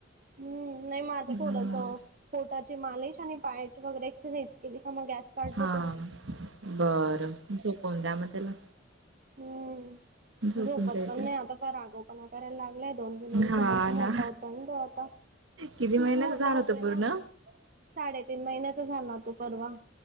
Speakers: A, on the right; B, on the right.
A: हम्म, नाही मग आता
B: हम्म.
A: थोडसं पोटाची मालिश आणि पायाची वगैरे एक्सरसाइज केली का म गॅस काढतो
B: हां
A: तो
B: बरं झोपवून द्या म त्याला
A: हूं
B: झोपून
A: झोपत
B: जाईल
A: पण
B: तो.
A: नाही आता फार आगावूपणा करायला लागलाय दोन तीन दिवसापासून
B: हां
A: मोठा
B: ना.
A: होतोय न तो ता
B: किती महिन्याचा
A: मोठा
B: झाला
A: होतोय
B: तो
A: ना
B: पूर्ण?
A: आता साडेतीन महिन्याचा झाला तो परवा